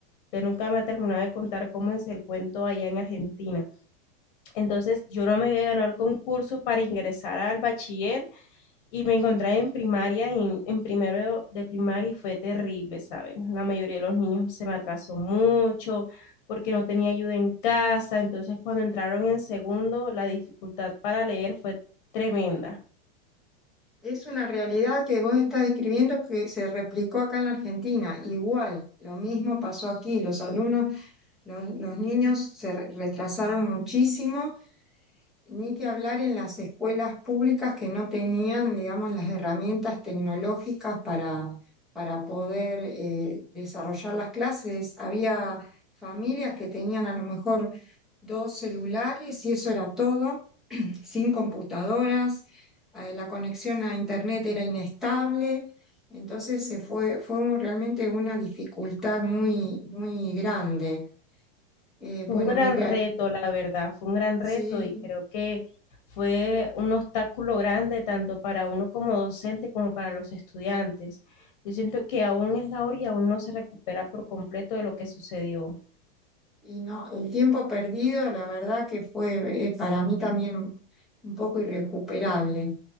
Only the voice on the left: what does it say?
Usted nunca me ha terminado de contar cómo es el cuento allá en Argentina. Entonces yo no me había ganado el concurso para ingresar al bachiller y me encontré en primaria, en, en primero de primaria y fue terrible, ¿sabes? La mayoría de los niños se me atrasó mucho porque no tenía ayuda en casa, entonces cuando entraron en segundo la dificultad para leer fue tremenda.
Fue
un gran
reto, la verdad, fue un gran reto
y creo que fue un obstáculo grande tanto para uno como docente como para los estudiantes. Yo siento que aún es la hora y aún no se recupera por completo de lo que sucedió.